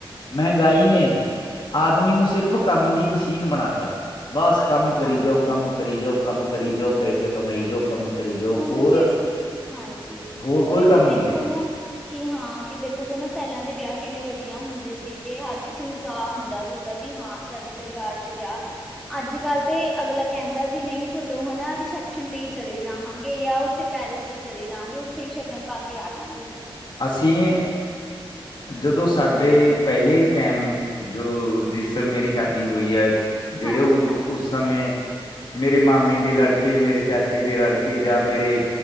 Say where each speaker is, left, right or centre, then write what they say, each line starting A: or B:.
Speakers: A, on the left; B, in the centre.
A: ਮਹਿੰਗਾਈ ਨੇ, ਆਦਮੀ ਨੂੰ ਸਿਰਫ਼ ਕੰਮ ਦੀ ਮਸ਼ੀਨ ਬਣਾ ਤਾ। ਬਸ ਕੰਮ
B: ਹਾਂਜੀ-ਹਾਂਜੀ।
A: ਕਰੀ ਜਾਓ, ਕੰਮ ਕਰੀ ਜਾਓ, ਕੰਮ ਕਰੀ ਜਾਓ, ਪੈਸੇ ਕਮਾਈ ਜਾਓ, ਕੰਮ ਕਰੀ ਜਾਓ,
B: ਹੁਣ
A: ਹੋਰ
B: ਤੁਸੀਂ ਹਾਂਜੀ,
A: ਹੋਰ
B: ਉਹੀ
A: ਕੋਈ ਕੰਮ
B: ਤੁਸੀਂ ਦੇਖੋ
A: ਨਹੀਂ ਰਹੇ
B: ਨਾ ਕਿ ਹਾਂ, ਕਿ ਦੇਖੋਗੇ ਨਾ ਪਹਿਲਾਂ ਦੇ ਵਿਆਹ ਕਿੰਨੇ ਵਧੀਆ ਹੁੰਦੇ ਸੀਗੇ, ਹਰ ਕਿਸੇ ਨੂੰ ਚਾਅ ਹੁੰਦਾ ਸੀਗਾ ਵੀ ਹਾਂ, ਸਾਡੇ ਪਰਿਵਾਰ ਚ ਵਿਆਹ, ਅੱਜ ਅੱਜ ਕੱਲ੍ਹ ਤੇ ਅਗਲਾ ਕਹਿੰਦਾ ਵੀ ਨਹੀਂ, ਚਲੋ ਹਨਾ ਰਿਸੈਪਸ਼ਨ ਤੇ ਈ ਚਲੇ ਜਾਵਾਂਗੇ ਯਾ ਉੱਥੇ ਪੈਲੇਸ ਵਿੱਚ ਈ ਚਲੇ ਜਾਂਗੇ, ਉੱਥੇ ਹੀ ਸ਼ਗਨ ਪਾ ਕੇ ਆ ਜਾਂਗੇ।
A: ਅਸੀਂ, ਜਦੋਂ ਸਾਡੇ ਪਹਿਲੇ ਟੈਮ ਜੋ ਜਿਸ ਸਮੇਂ ਮੇਰੀ ਸ਼ਾਦੀ ਹੁਈ ਹੈ, ਜਿਹੜੇ
B: ਹਾਂਜੀ
A: ਉਸ-ਉਸ
B: ਹਾਂਜੀ
A: ਸਮੇਂ ਮੇਰੇ ਮਾਮੇ ਦੇ ਲੜਕੇ, ਮੇਰੇ ਚਾਚੇ ਦੇ ਲੜਕੇ ਜਾਂ ਮੇਰੇ